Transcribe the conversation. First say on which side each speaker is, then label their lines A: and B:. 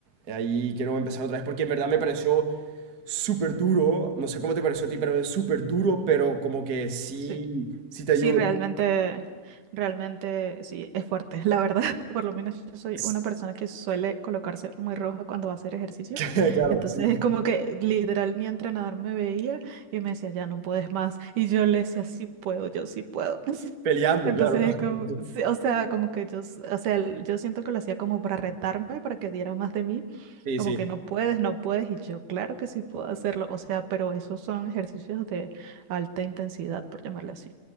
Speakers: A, on the right; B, on the right.
A: ahí quiero empezar otra vez, porque en verdad me pareció súper duro, no sé cómo te pareció a ti, pero es súper duro, pero como que sí,
B: Sí.
A: sí te
B: Sí,
A: ayuda.
B: realmente, realmente sí, es fuerte, la verdad. <laughs> Por lo menos yo soy
A: Es-
B: una persona que suele colocarse muy roja cuando va a hacer ejercicio.
A: <laughs> Claro,
B: Entonces
A: sí.
B: es como que literal mi entrenador me veía y me decía, ya no puedes más. Y yo le decía, sí puedo, yo sí puedo. <laughs>
A: Peleando,
B: Entonces
A: claro.
B: es como,
A: <laughs>
B: sí, o sea, como que yo, s- o sea, el- yo siento que lo hacía como para retarme, para que diera más de mí.
A: Sí,
B: Como
A: sí.
B: que no puedes, no puedes. Y yo, claro que sí puedo hacerlo. O sea, pero esos son ejercicios de alta intensidad, por llamarle así.